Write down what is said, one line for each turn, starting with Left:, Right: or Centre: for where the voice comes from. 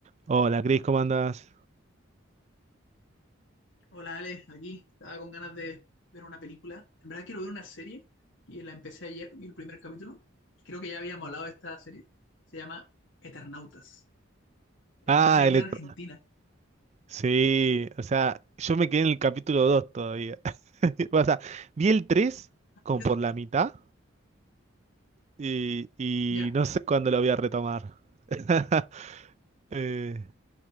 Right: Hola, Cris, ¿cómo andás?
Left: Hola Ale, aquí estaba con ganas de ver una película. En verdad quiero ver una serie y la empecé ayer, vi el primer capítulo. Y creo que ya habíamos hablado de esta serie. Se llama Eternautas. Eh,
Right: Ah,
Left: no sabía
Right: electro.
Left: que era Argentina.
Right: Sí, o sea, yo me quedé en el capítulo 2 todavía. <laughs> O sea, vi el 3 como
Left: Yo-
Right: por la mitad y, y
Left: ¿ya?
Right: no sé cuándo lo voy a retomar. <laughs> Eh,